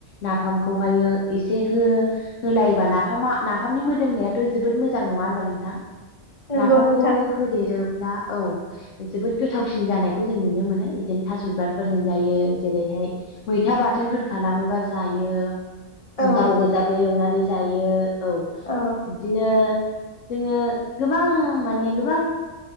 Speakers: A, on the left (about 75°); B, on the left (about 35°).
A: नाफामखौहायो एसे होलायोबा नाफामा नाफामनि मोदोम मनायाथ' जोबोद मोजां नङा होनबा नोंथां
B: नंगौ
A: नाफामखौ
B: नोंथां
A: होदेरो। ला औ जोबोद गोथावसिन जानायखौ जों नुनो मोनो बिदिनो थास' बिबारफोरजों जायो। जेरैहाय मैथा बा थोनफोर खालामोबा जायो
B: औ
A: गाव गोजाबो एवनानै जायो। औ
B: औ
A: बिदिनो जोङो गोबां माने गोबां